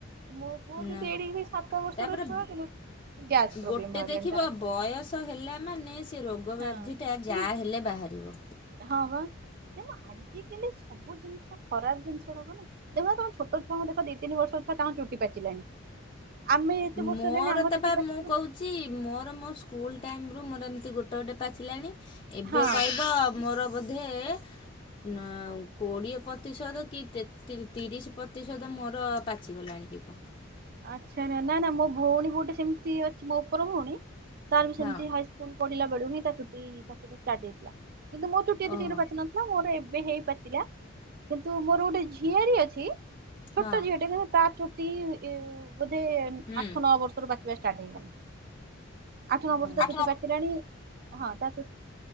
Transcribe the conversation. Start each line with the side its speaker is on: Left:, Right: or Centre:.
Right: ମୋ ପୁଅ କିନ୍ତୁ
Left: ନା
Right: ଏଡ଼ିକି ସାତ ବର୍ଷର
Left: ତାପରେ
Right: ଛୁଆ କିନ୍ତୁ ଗ୍ୟାସ୍ ପ୍ରୋବ୍ଲେମ
Left: ଗୋଟେ
Right: ବାହାରିଲାଣି
Left: ଦେଖିବ
Right: ତାର।
Left: ବୟସ ହେଲା ମାନେ ସେ ରୋଗ
Right: ହଁ
Left: ବ୍ୟାଧି ଯାହା ହେଲେ ବାହାରିବ।
Right: ହଁ ବା ତ ଆଜିକାଲି ସବୁ ଜିନିଷ ଖରାପ ଜିନିଷ ଗୁଡାକ ଦେଖ ତମ ଛୋଟଛୁଆଙ୍କୁ ଦେଖ ଦି ତିିନି ବର୍ଷ ଛୁଆ ତାଙ୍କ ଚୁଟି ପାଚିଲାଣି। ଆମେ ଏତେ
Left: ମୋର
Right: ବର୍ଷ ହେଲାଣି ଆମ
Left: ତ
Right: ଚୁଟି
Left: ବା
Right: ପାଚି
Left: ମୁଁ କହୁଛି ମୋର ମୋ ସ୍କୁଲ ଟାଇମ୍ ରୁ ମୋର ଏମିତି ଗୋଟେ ଗୋଟେ ପାଚିଲାଣି ଏବେ
Right: ହଁ
Left: କହିବ ମୋର ବୋଧେ ନା କୋଡ଼ିଏ ପତିଶତ କି ତେ ତି ତିରିଶ ପ୍ରତିଶତ ମୋର ପାଚିଗଲାଣିକି କଣ।
Right: ଆଚ୍ଛା ନା ନା ନା ମୋ ଭଉଣୀ ଗୋଟେ ସେମିତି ଅଛି ମୋ ଓପର ଭଉଣୀ ତାର ବି
Left: ହଁ।
Right: ସେମିତି ହା ସ୍କୁଲ ପଢିଲା ବେଳୁ ହିଁ ତା ଚୁଟି ପାଚିବା ଷ୍ଟାର୍ଟ ହେଇଥିଲା। କିନ୍ତୁ ମୋ ଚୁଟି ଏତେ
Left: ଓହୋ
Right: ଶୀଘ୍ର ପାଚିନ ନା ମୋର ଏବେ ହେଇ ପାଚିଲା କିନ୍ତୁ ମୋର ଗୋଟେ ଝିଆରୀ ଅଛି ଛୋଟା
Left: ହଁ
Right: ଝିଅ ଟେ <unintelligible> ତାର ଚୁଟି ଇଁ ବୋଧେ
Left: ହୁଁ।
Right: ଆଠ ନଅ ବର୍ଷ ରୁ ପାଚିବା ଷ୍ଟାର୍ଟ ହେଇଗଲାଣି। ଆଠ ନଅ ବର୍ଷ ତା
Left: ଆଠ
Right: ଚୁଟି
Left: ନମ୍ବର
Right: ପାଚିଲାଣି। ହଁ ତା ଚୁ